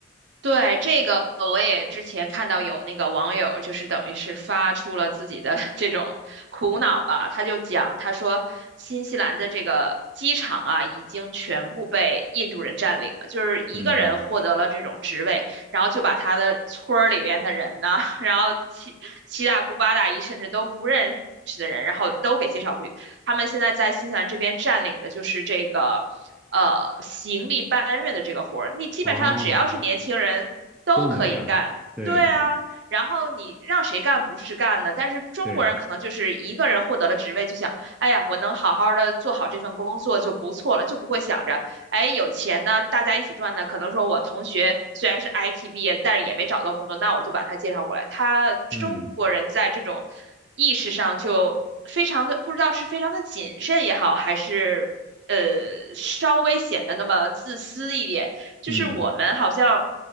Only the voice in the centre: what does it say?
嗯，
哦，都能干，对对
对，
嗯
嗯。